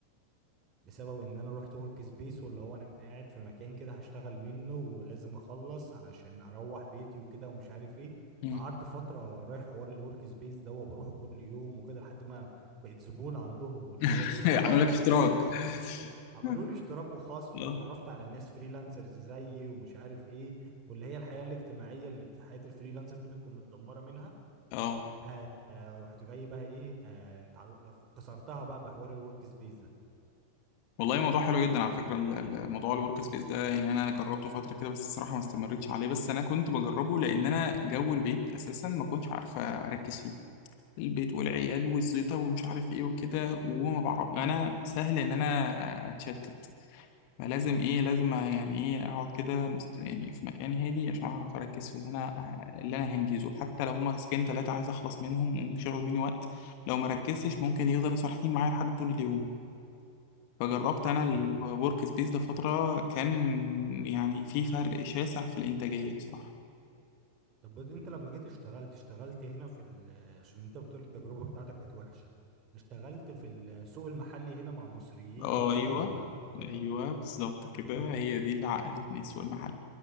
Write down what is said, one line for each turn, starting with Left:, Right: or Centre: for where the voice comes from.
Right: بسبب ان انا رحت ورك سبيس واللي هو انا قاعد في مكان كده هشتغل منه ولازم اخلص علشان اروح بيتي وكده ومش عارف ايه
Left: مم.
Right: فقعدت فترة رايح حوار الورك سبيس ده وبروحه كل يوم وكده لحد ما بقيت زبون عندهم واللي
Left: <laughs>
Right: هو واتعرفت
Left: عامل لك
Right: على
Left: اشتراك
Right: ناس
Left: <laughs>
Right: عملوا لي اشتراك وخصم
Left: اه
Right: واتعرفت على ناس فريلانسرز زيي ومش عارف ايه واللي هي الحياة الاجتماعية اللي بت- حياة الفريلانسر دي بتكون متدمرة منها
Left: اه
Right: آه آه رحت جاي بقى ايه آه اتعر- آه، كسرتها بقى بحوار الورك سبيس ده
Left: والله موضوع حلو جدا على فكره ال- ال- موضوع الورك سبيس ده يعني انا جربته فتره كده بس الصراحه ما استمرتش عليه بس انا كنت بجربه لان انا جو البيت اساسا ما كنتش عارفه اركز فيه البيت والعيال والزيطه ومش عارف ايه وكده وما بعرف انا سهل ان انا اتشتت فلازم ايه لازم يعني ايه اقعد كده مست- يعني في مكان هادي عشان اعرف اركز في اللي انا اللي انا هنجزه حتى لو هما تاسكين تلاتة عايز اخلص منهم وممكن مني وقت لو ما ركزتش ممكن يفضلوا صارحين معايا لحد طول اليوم فجربت انا الورك
Right: مم.
Left: سبيس ده فترة كان يعني في فرق شاسع في الانتاجية بصراحة
Right: طب انت لما جيت اشتغلت اشتغلت هنا في ال... عشان انت بتقول التجربة بتاعتك كانت وحشة اشتغلت في السوق المحلي هنا مع مصريين
Left: اه
Right: وكده
Left: ايوه
Right: ولا بره
Left: ايوه بالظبط كده
Right: امم
Left: هي دي اللي عقدتني سوق المحل